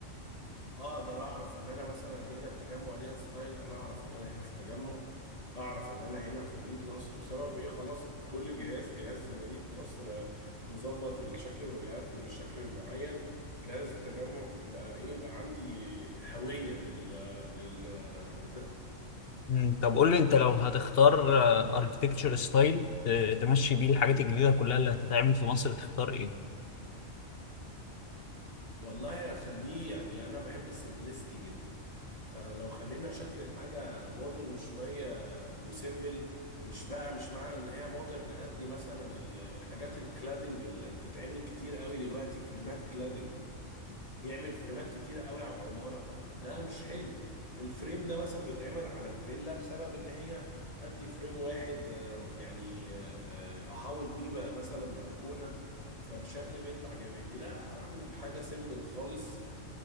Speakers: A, on the left; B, on the left.
A: اقدر اعرف ان انا مثلا هنا التجمع ليها ستايل انا اعرف ان انا هنا في التجمع اعرف ان انا هنا في مدينة نصر بسبب ايه خلاص كل جهاز جهاز مدينة نصر آه، مظبط الشكل الواجهات بالشكل المعين جهاز التجمع يبقى ايه يبقى عندي هوية لل للمنطقة
B: مم، طب قول لي انت لو هتختار اركتكتشر ستايل تمشي بيه الحاجات الجديدة كلها اللي هتتعمل في مصر تختار ايه؟
A: والله هخليه يعني انا بحب السمبلسيتي جدا فلو خلينا شكل الحاجة مودرن شوية وسيمبل مش بقى مش معنى ان هي مودرن قد مثلا ال- الحاجات الكلادنج اللي بتتعمل كتير قوي دلوقتي فريمات كلادنج يعمل فريمات كتير قوي على العمارة طب ده مش حلو الفريم ده مثلا بيتعمل على الفيلا بسبب ان هي هدي فريم واحد آه، يعني آه، آه، احاوط بيه بقى مثلا بلكونة فالشكل بيطلع جمالي لا اعمل حاجة سيمبل خالص